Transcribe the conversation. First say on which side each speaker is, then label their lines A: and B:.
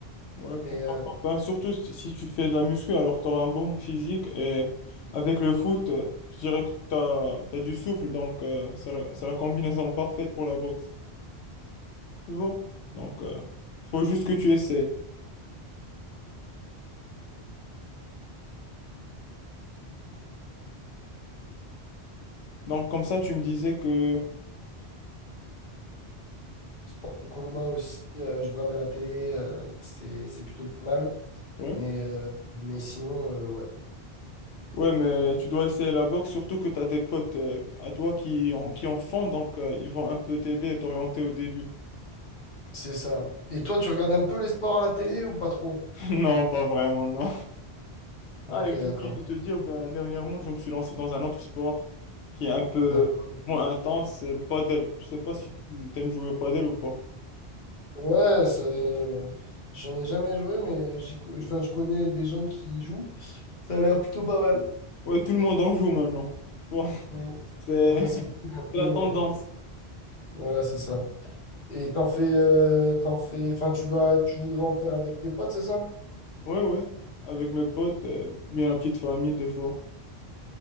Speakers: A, on the left (about 85°); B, on the left (about 50°).
A: Ouais, pourquoi
B: Mais euh,
A: pas. Ben, surtout si si tu fais de la muscu, alors t'auras un bon physique et avec le foot, euh, je dirais que t'as, t'as du souffle, donc euh, c'est la c'est la combinaison parfaite pour la boxe. Tu vois? Donc, il faut juste que tu essaies. Donc, comme ça, tu me disais que...
B: sport de combat aussi, euh, je regarde à la télé, euh, c'est, c'est plutôt pas mal.
A: Ouais.
B: Mais, euh, mais sinon, euh, ouais,
A: Ouais, mais tu dois essayer la boxe, surtout que tu as des potes euh, à toi qui en, qui en font, donc euh, ils vont un peu t'aider et t'orienter au début.
B: c'est ça. Et toi, tu regardes un peu les sports à la télé ou pas trop?
A: <laughs> Non, pas vraiment, non.
B: Ok,
A: Ah, et
B: d'accord.
A: j'ai oublié de te dire, ben, dernièrement, je me suis lancé dans un autre sport qui est un peu
B: D'accord.
A: moins intense, c'est le paddle. Je sais pas si tu aimes jouer au paddle ou pas.
B: Ouais, c'est- j'en ai jamais joué, mais j'y co- enfin, je connais des gens qui y jouent. Ça a l'air plutôt pas mal.
A: Ouais, tout le monde en joue maintenant, tu vois. <laughs>
B: Mm.
A: C'est
B: Ouais, c'est le truc un peu.
A: c'est la
B: euh,
A: tendance.
B: Voilà, c'est ça. Et t'en fais, euh, t'en fais, enfin, tu vas, tu voudrais en faire avec tes potes, c'est ça?
A: Ouais, ouais, avec mes potes, euh, bien la petite famille des fois.